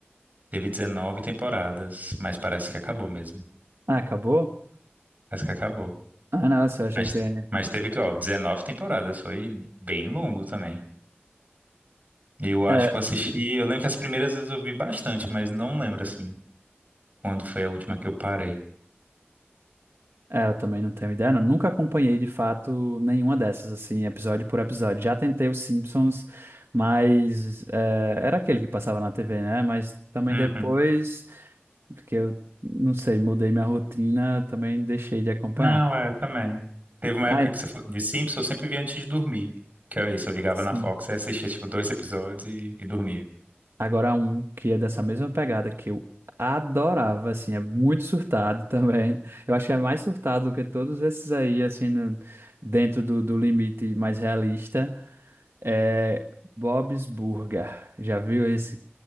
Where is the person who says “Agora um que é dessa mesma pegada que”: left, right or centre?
Right